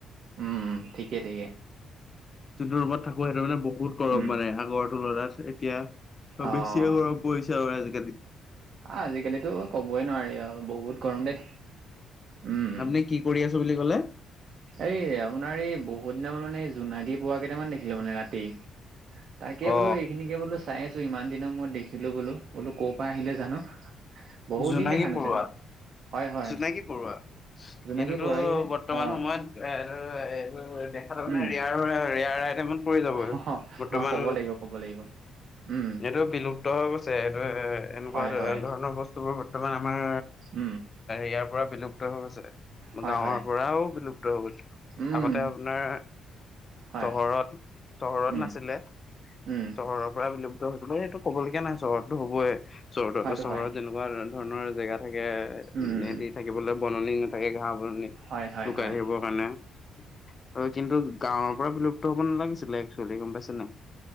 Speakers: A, on the right (about 60°); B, on the left (about 35°).
A: উম, ঠিকে-ঠিকে।
B: যোনটো ৰুমত থাকো সেইটো মানে বহুত গৰম
A: উম,
B: মানে আগৰটো তুলনাত এতিয়া ত',
A: অ',
B: বেছিয়ে গৰম পৰিছে আৰু আজিকালি।
A: আজিকালিতো কবই নোৱাৰি আৰু বহুত গৰম দেই। উম',
B: আপুনি কি কৰি আছো বুলি ক'লে
A: এই আপোনাৰ এই বহুত সিদিনা মই মানে এই জোনাগী পৰুৱা কেইটামান দেখিলো মানে ৰাতি, তাকে
B: অ
A: বোলো এইখিনিকে বোলো চাই বোলো ইমান দিনৰ মত দেখিলো বোলো, বোলো ক'ৰ পৰা আহিলে জানো। বহুত
B: জোনাকী
A: দিন দেখা নাছিলোঁ।
B: পৰুৱা?
A: হয়, হয়,
B: জোনাকী পৰুৱা,
A: জোনাকী
B: এইটোতো
A: পৰুৱা এই যে
B: বৰ্তমান
A: অ',
B: সময়ত এ-এইটো-এইটো দেখা তাৰমানে
A: উম।
B: ৰেয়াৰ হৈ ৰেয়াৰ আৰু ৰেয়াৰ আইটেমত পৰি যাব
A: অ
B: বৰ্তমান
A: অ', ক'ব লাগিব ক'ব লাগিব উম
B: এইটো বিলুপ্ত হৈ গৈছে। এইটো এ-এনেকুৱা
A: হয় হয়
B: ধৰণৰ বস্তু বোৰ বৰ্তমান আমাৰ
A: উম
B: ইয়াৰ পৰা বিলুপ্ত হৈ গৈছে
A: হয়
B: গাঁৱৰ
A: হয়
B: পৰাও বিলুপ্ত হৈ গৈছে।
A: উম
B: আগতে আপোনাৰ
A: হয়
B: চহৰত-চহৰত
A: উম
B: নাছিলে।
A: উম
B: চহৰৰ পৰাই বিলোপ এইটো ক'বলগীয়া নাই চহৰতটো হবইে চহৰতৰ-চহৰত
A: হয়তো হয়
B: যেনেকুৱা ধৰণৰ জেগাত থাকে
A: উম
B: সিহঁতি থাকিবলৈ বননি নাথাকে ঘাহ বননি,
A: হয় হয়
B: লুকাই
A: হয়
B: থাকিবৰ কাৰণে হয় কিন্তু গাঁৱৰ পৰা বিলুপ্ত হব নালাগিছিলে। একচুৱেলি গম পাইছে নাই।